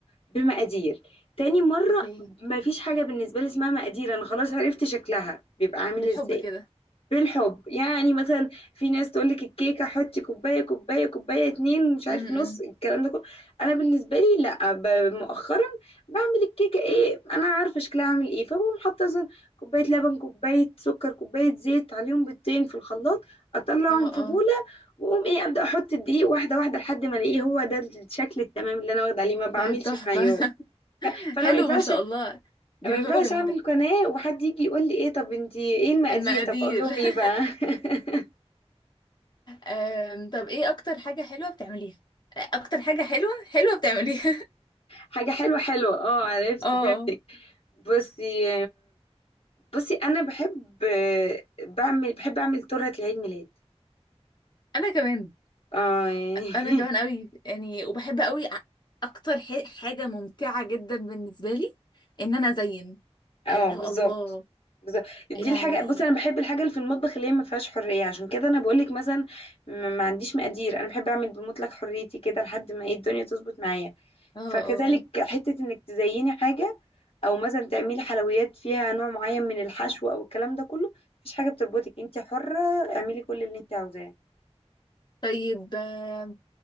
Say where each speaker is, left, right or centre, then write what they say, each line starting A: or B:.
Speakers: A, on the left; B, on the left.
A: بمقادير تاني مرة
B: اوكي
A: مفيش حاجة بالنسبة لي اسمها مقادير أنا خلاص عرفت شكلها بيبقى عامل
B: بالحب
A: إزاي
B: كده
A: بالحب يعني مثلا في ناس تقول لك الكيكه حطي كوبايه كوبايه كوبايه اتنين مش عارف
B: م- م.
A: نص الكلام ده كله انا بالنسبه لي لا ب- مؤخرا بعمل الكيكه ايه انا عارفه شكلها عامل ايه فبقوم حاطه مثلا كوبايه لبن كوبايه سكر كوبايه زيت عليهم بيضتين في الخلاط اطلعهم
B: اه
A: في بوله
B: اه
A: واقوم ايه ابدا احط الدقيق واحده واحده لحد ما الاقيه هو ده الشكل التمام اللي انا واخده عليه ما بعملش
B: طيب تحفة
A: بمعيار
B: <laughs>
A: فانا
B: حلو
A: ما ينفعش
B: ما شاء الله دي
A: ما
B: موهبة
A: ينفعش
B: جميلة
A: اعمل قناه وحد يجي يقول لي ايه طب انتي ايه المقادير
B: المقادير
A: طب اقول لهم
B: <laughs>
A: ايه بقى <laughs>
B: آم، طب ايه اكتر حاجة حلوة بتعمليها اكتر حاجة حلوة حلوة بتعمليها
A: حاجة حلوة حلوة اه عرفت
B: <laughs> اه
A: فهمتك
B: اه
A: بصي بصي انا بحب بعمل بحب اعمل تورته لعيد ميلاد
B: انا كمان
A: اه يعني <laughs>
B: انا كمان قوي يعني وبحب قوي ع- اكتر ح- حاجة ممتعة جدا بالنسبة لي ان انا ازين
A: اه
B: اللي
A: بالظبط
B: هو الله
A: بالظبط دي
B: يعني
A: الحاجه بص انا بحب الحاجه اللي في المطبخ اللي هي ما فيهاش حريه عشان كده انا بقول لك مثلا ما ما عنديش مقادير انا بحب اعمل بمطلق حريتي كده لحد ما ايه الدنيا تظبط معايا
B: اه اه
A: فكذلك
B: آه.
A: حته انك تزيني حاجه او مثلا تعملي حلويات فيها نوع معين من الحشو او الكلام ده كله مفيش حاجه بتربطك انت حره اعملي كل اللي انت عاوزاه
B: طيب آم،